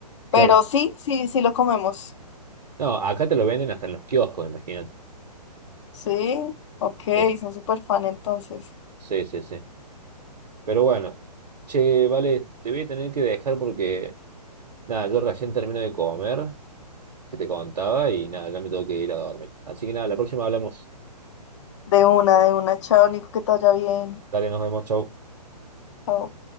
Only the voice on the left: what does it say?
pero
sí, sí, sí lo comemos.
Sí, ok,
son súper fan entonces.
De una, de una, chao, Nico, que te vaya bien.
Chao.